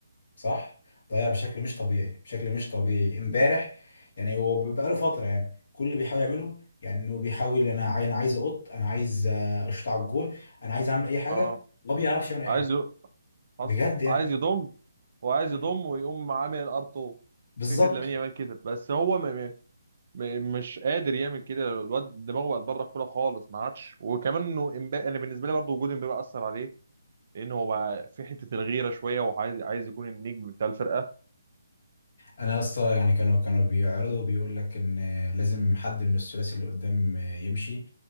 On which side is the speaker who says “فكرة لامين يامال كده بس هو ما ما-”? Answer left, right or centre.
Right